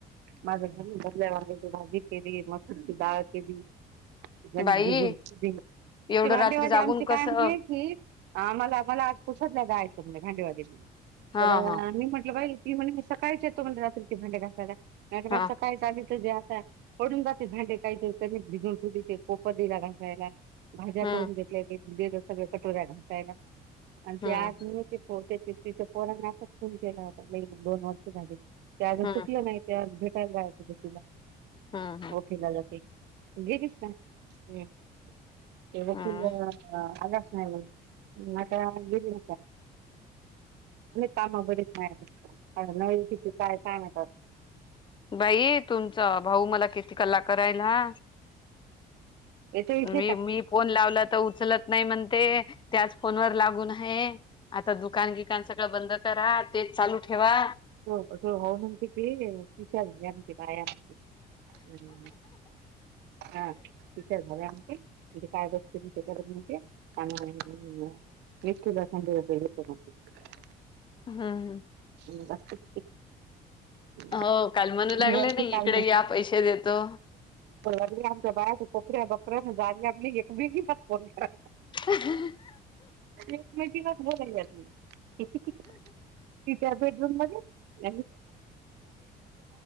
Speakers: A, on the right; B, on the left.
A: माझ्या घरी भरल्या वांगाची भाजी केली, मसूरची डाळ केली. <unintelligible> ते
B: बाई एवढं
A: भांडेव
B: रात्री
A: आणि
B: जागून
A: आमची काय
B: कसं
A: नाही की आम्हाला मला आज पुसातल्या जायचं म्हण भांडीवालीले
B: हा
A: तर
B: हा
A: मी म्हंटलं बाई ती म्हणे मी सकाळच येतो म्हण रात्रीची भांड्या घासायला मी म्हटलं
B: हा
A: मला सकाळ सांगच जे आता पडून जाते भांडे कायचे तरी भिजून सुध ते कोपा दिला घासायला. भाज्या
B: हम्म
A: करून घेतल्या ते दिलं सगळ कटोर्या घासायला. आणि
B: हम्म
A: ते <unintelligible> तिच्या पोरांने असाच फोन केला होता लई म दोन वर्ष झाली. ते अजून
B: हम्म
A: सुटलं नाही ते भेटायला जायचं तर तिला.
B: हम्म
A: ओके <unintelligible> गेलीच नाय हम्म. ते वकीलला
B: हम्म
A: आगाश आहे म्हणे. <unintelligible> झालं काम बरीच नाही नवी तिथती काय काय माहित आता.
B: भाई तुमचा भाऊ मला किती कल्ला करायला.
A: येथे इथे
B: मी
A: का
B: मी फोन लावला तर उचलत नाही म्हणते त्याच फोन वर लागून आहे. आता दुकान गिकान सगळं बंद करा तेच चालू ठेवा.
A: <unintelligible> तो होऊ म्हणते की विचार. <unintelligible> ह ह तच आहे तिथं झाले आमचे. म्हणजे काय बते म ते करत म्हणते आणिला. <unintelligible> <unintelligible>
B: हम्म हम्म.
A: हम्म भात करती. <unintelligible>
B: हो काल म्हणू
A: त्याला
B: लागले नाही इकडे या पैसे देतो
A: <unintelligible> आमच्या बाय कोपऱ्या गपऱ्या जायल लागली एकमेकिला फोन करा.
B: ह
A: एकमेकीला <unintelligible> किती कित तिच्या बेडरूम मध्ये <unintelligible>